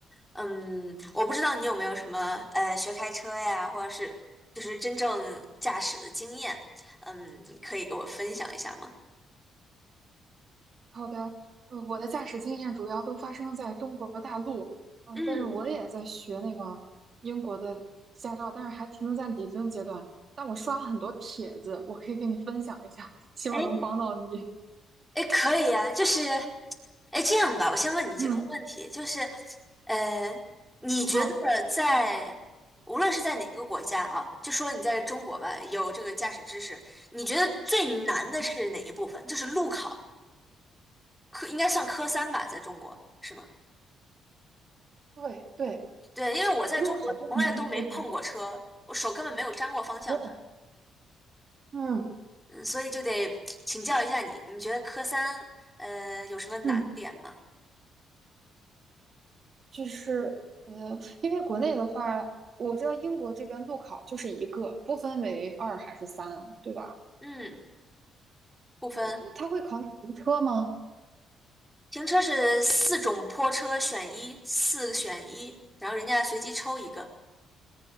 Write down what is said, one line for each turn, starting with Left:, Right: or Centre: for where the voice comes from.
Centre: 嗯，我不知道你有没有什么呃学开车呀，或者是就是真正驾驶的经验，嗯，可以给我分享一下吗？
Right: 好的，呃，我的驾驶经验主要都发生在中国大陆，呃，
Centre: 嗯，
Right: 但是我也在学那个英国的驾照，但是还停留在理论阶段。但我刷了很多帖子，我可以跟你分享一下，希望能帮到你。
Centre: 哎，哎，可以啊，就是，哎，这样吧，我先问你几个问题，
Right: 嗯，
Centre: 就是，呃，你觉得在无论是在哪个国家啊，
Right: 好，
Centre: 就说你在中国吧，有这个驾驶知识，你觉得最难的是哪一部分？
Right: 嗯，
Centre: 就是路考，科应该算科三吧，在中国是吗？
Right: 对对，
Centre: 对，因为我在中国从来都没碰过车，
Right: 路考最难的部分。
Centre: 我手根本没有沾过方向盘，
Right: 哦，嗯
Centre: 嗯，所以就得请教一下你，你觉得科三呃有什么难点吗？
Right: 嗯。就是呃，因为国内的话，我知道英国这边路考就是一个，不分为二还是三，对吧？
Centre: 嗯，不分。
Right: 我他会考你停车吗？
Centre: 停车是四种坡车选一，四选一，然后人家随机抽一个。